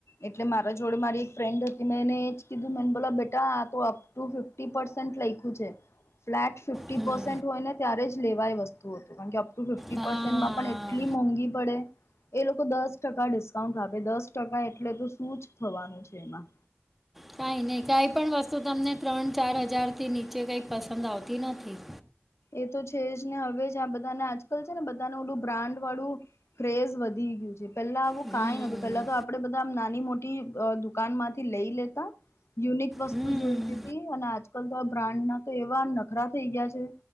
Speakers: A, on the left; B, in the centre.
A: એટલે મારા જોડે મારી એક ફ્રેન્ડ હતી મેંને જ કીધું. બલ બેટા આ અપ ટુ ફિફી પરસેન્ટ લખ છે. ફ્લેટ ફિફી
B: હમ્મ.
A: પસેન્ટ હોય ને ત્યારે જ લેવાય વસ્તુ હતું કારણ કે અપ ટુ ફિફી
B: હા.
A: પસેન્ટમાં પણ એટલી મોંઘી પડે એ લોકો દસ ટકા ડિસ્કાઉન્ટ આપે દસ ટકા એટલે તો શું જ થવાનું છે એમાં
B: કંઈ નહી કઈ પણ વસ્તુ તમને ત્રણ ચાર હજાર થી નીચે કઈ પસંદ આવતી નથી
A: એ તો છે જ ને હવે જ આ બધાને આજકાલ છે ને બધાનું ઓલું બ્રાન્ડ વાળું. ક્રેઝ વધી ગયું છે પેલા આવું
B: હમ્મ,
A: કંઈ નતું પેલા તો આપડે બધામ નાની મોટી દુકાન માંથી લઈ લેતા યુનિક વસ્તુ
B: હમ્મ.
A: જોઈતી હતી અને આજકાલ તો આ બ્રાન્ડના તો એવા નખરા થઈ ગયા છે.